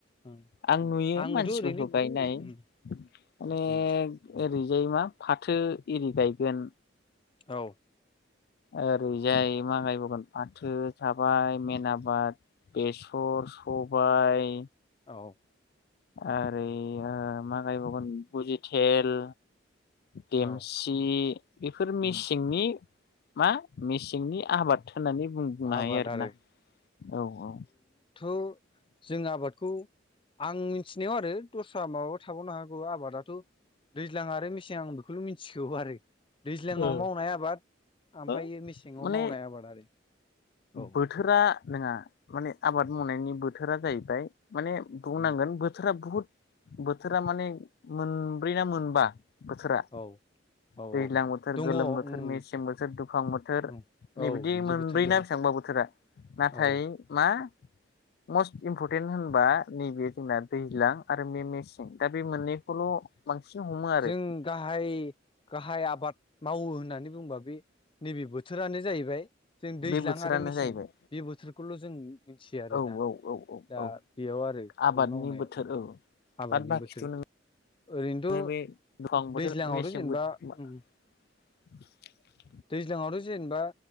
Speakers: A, on the left (about 30°); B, on the left (about 55°).
A: ओं
B: आं नुयो
A: आंबोथ'
B: मानसि
A: ओरैनो
B: खौ गायनाय माने
A: उम उम
B: ओरैजाय मा फाथो एरि गायगोन
A: औ
B: ओरैजाय मा गायबावगोन फाथो थाबाय मेन आबाद बेसर, सबायाइ
A: औ
B: आरो मा गायबावगोन भुजि थेल देमसि
A: औ
B: बेफोर मेसिंनि
A: उम
B: मा मेसेंनि आबाद होननानै बुं बुंनो
A: आबाद
B: हायो आरोना
A: आरो
B: औ औ
A: जों आबादखौ आं मिथिनायाव आरो दस्रा माबा थाबावनो हागौ आबादाथ दैज्लां आरो मेसें आं बेखौल मिथिगौ आरो दैज्लङाव
B: औ
A: मावनाय आबाद ओमफ्राय
B: औ
A: मेसेङाव
B: माने
A: मावनाय आबाद आरो। औ
B: बोथोरा नङा माने आबाद मावनायनि बोथोरा जाहैबाय माने बुंनांगोन
A: उम
B: बोथोरा बुहुद बोथोरा माने मोनब्रै ना मोनबा बोथोरा।
A: औ औ
B: दैज्लां
A: औ
B: बोथोर,
A: दङ
B: गोलोम बोथोर,
A: उम
B: मेसें बोथोर, दुफां बोथोर
A: उम
B: नैबिदि
A: औ बिदि
B: मोनब्रै
A: बोथोर दं
B: ना बेसां बा बोथोरा नाथाय
A: औ ओ
B: मा <unintelligible> मस्ट इमफरटेन्ट होनबा नैबे जोंना दैज्लां आरो मे-मेसें दा बे मोननैखौल' बांसिन हमो आरो
A: जों गाहाय गाहाय आबाद मावो होननानै बुंबा बे नैबे बोथोरानो जाहैबाय जों दैज्लां
B: बे बोथोरानो
A: आरो मेसें
B: जाहैबाय
A: बे बोथोरखौल' जों मिथियो आरो
B: औ
A: ना
B: औ औ औ
A: दा
B: औ
A: बेयाव आरो आरो
B: आबादनि
A: बे मावनायाव
B: बोथोर औ
A: आबादनि
B: बाद बाखिथ'
A: बोथोर,
B: नों
A: ओरैनोथ'
B: ओमफ्राय बे दुफां बोथोर
A: दैज्लां
B: मेसें
A: आवथ' जेनेबा
B: बोथोर
A: उम,
B: <inaudible>
A: दैज्लांआवथ' जेनेबा